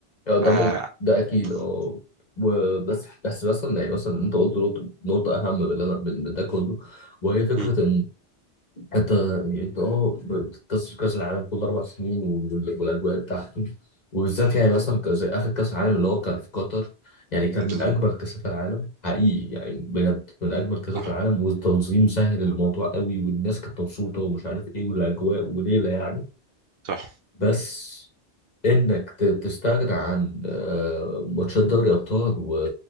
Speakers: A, on the left; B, on the right.
A: يعني
B: ف
A: ده مم... ده اكيد
B: بالظبط
A: اه و- بس بس مثلا يعني مثلا انت قلت نقطة نقطة أهم من اللي أنا من من ده كله وهي فكرة
B: مم.
A: إن أنت يعني أنت أه بتتصل كأس العالم كل أربع سنين وال- والأجواء بتاعته وبالذات يعني مثلا ك- زي آخر كأس العالم اللي هو كان في قطر يعني كان
B: بالظبط
A: من أجمل كأسات العالم حقيقي يعني بجد من أجمل كأسات
B: صح
A: العالم والتنظيم سهل الموضوع قوي والناس كانت مبسوطة ومش عارف إيه والأجواء وليلة يعني
B: صح
A: بس انك ت- تستغنى عن آه، ماتشات دوري ابطال و-